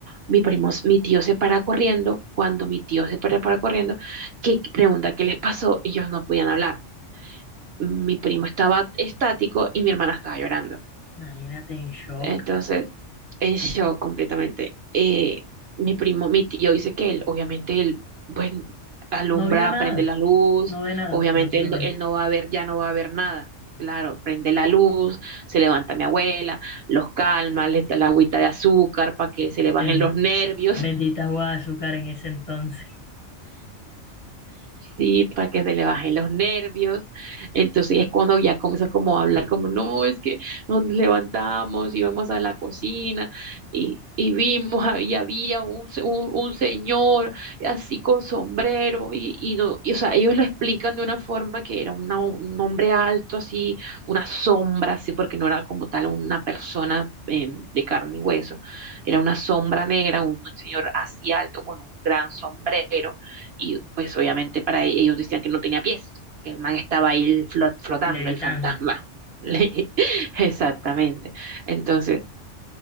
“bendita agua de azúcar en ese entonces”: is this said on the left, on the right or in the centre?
Left